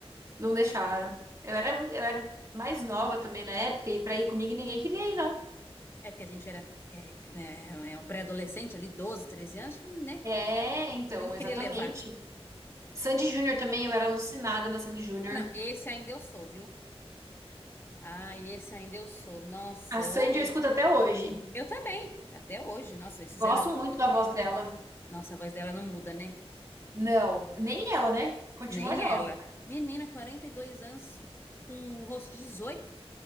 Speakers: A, on the right (about 30°); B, on the left (about 25°).
A: Não deixaram. Eu era, eu era mais nova também na época, e pra ir comigo ninguém queria ir, não.
B: É porque a gente era é, é, é um pré-adolescente ali, 12, 13 anos, que, né?
A: É, então,
B: Nem
A: exatamente.
B: queria levar.
A: Sandy Júnior também, eu era alucinada na Sandy Júnior.
B: Ah, não, esse ainda eu sou, viu? Ah, esse ainda eu sou. Nossa,
A: A Sandy
B: eu, eu,
A: eu escuto até hoje.
B: eu também, até hoje. Nossa, eles fizeram.
A: Gosto muito da voz dela.
B: Nossa, a voz dela não muda, né?
A: Não, nem ela, né? Continua
B: Nem
A: jovem.
B: ela. Menina, 42 anos, com um rosto de 18.